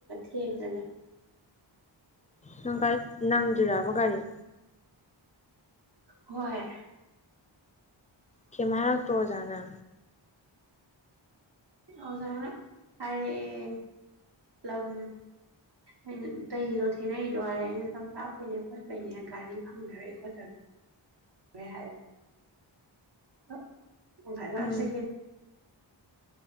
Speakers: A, on the right (about 55°); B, on the left (about 15°).
A: ꯍꯗꯕ
B: ꯅꯪꯒꯥꯥꯏ ꯅꯪꯗꯨꯔꯕꯣ ꯀꯒꯥꯔꯤꯦ
A: ꯍꯣꯏ
B: ꯀꯃꯔꯛꯇꯣꯖꯅ
A: ꯑꯣꯖꯥꯅ ꯍꯥꯏꯔꯛꯑꯦ ꯂꯝ ꯑꯩꯅ ꯇꯗꯣ ꯊꯦꯡꯅꯔꯤꯗꯣ ꯍꯥꯏꯔꯛꯦ ꯑꯩꯅ ꯂꯝ ꯂꯥꯞꯄꯩꯅꯦ ꯈꯣꯠꯄꯩꯅꯦ ꯒꯥꯔꯤ ꯐꯪꯅꯔꯛꯑꯦ ꯈꯣꯠꯇꯔ ꯍꯥꯏꯥꯏ ꯚꯁꯦ
B: ꯎꯝ